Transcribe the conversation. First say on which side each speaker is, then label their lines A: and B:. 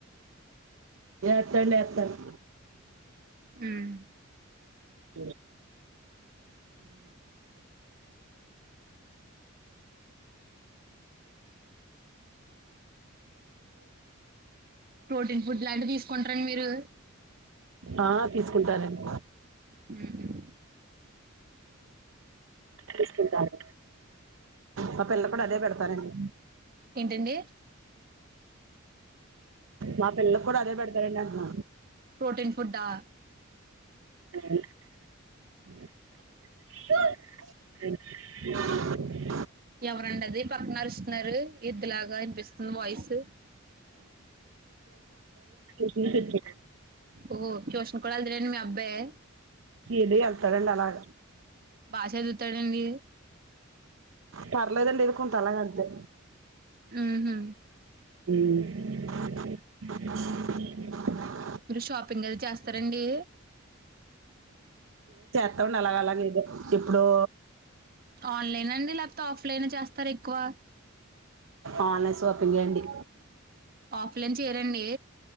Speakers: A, on the right; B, on the right.
A: ఏ ఎత్తండ్ ఎత్తన్.
B: ఉమ్
A: మ్
B: ప్రోటీన్ ఫుడ్ లాంటివి తీసుకుంటారండి మీరు
A: ఆ <unintelligible> ఆ తీసుకుంటారండి.
B: మ్ హు
A: తీసుకుంటారు పప్ పిల్ల కూడా అదే పెడతనంది
B: ఏంటండి
A: మా పిల్లకు కూడా అదే పెడత్ పెయిన్డంటన.
B: ప్రోటీన్ ఫుడ్డా
A: <unintelligible>
B: ఎవరండది పక్కనరుస్తున్నరు ఇద్ లాగా అనిపిస్తుంది వాయిసు.
A: యినిపిచ్చిన
B: ఓహ్ ట్యూషన్ కూడ ఎళ్తాడ అండి మీ అబ్బాయి?
A: ఇది వెళ్తాడండి అలాగ
B: బా చదువుతాడండి.
A: పర్లేదండి ఏదో కొంత అలాగంతే.
B: మ్ హు
A: మ్
B: ఉ
A: <unintelligible>
B: మీరు షాపింగ్ అది చేస్తరండి?
A: చేస్తమండి అలాగలాగేదొ ఎప్పుడో.
B: ఆన్లైన్ అండి. లేకపోతే, ఆఫ్లైన్ లో చేస్తారా ఎక్కువ?
A: ఆన్లైన్ సోపింగే అండి.
B: ఆఫ్లైన్ చేయరండి